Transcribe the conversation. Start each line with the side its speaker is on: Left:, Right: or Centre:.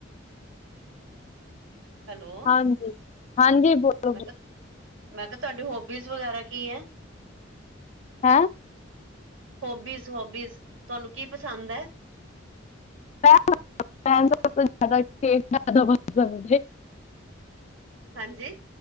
Right: ਹੈਲੋ।
Left: ਹਾਂਜੀ, ਹਾਂਜੀ ਬੋਲੋ
Right: ਮੈਂ
Left: ਬੋਲੋ।
Right: ਕਿਹਾ, ਮੈਂ ਕਿਹਾ ਤੁਹਾਡੀ ਹੋਬੀਜ਼ ਵਗੈਰਾ ਕੀ ਹੈ?
Left: ਹੈਂ?
Right: ਹੋਬੀਜ਼ ਹੋਬੀਜ਼ ਤੁਹਾਨੂੰ ਕੀ ਪਸੰਦ ਹੈ?
Left: <unintelligible>
Right: ਹਾਂਜੀ,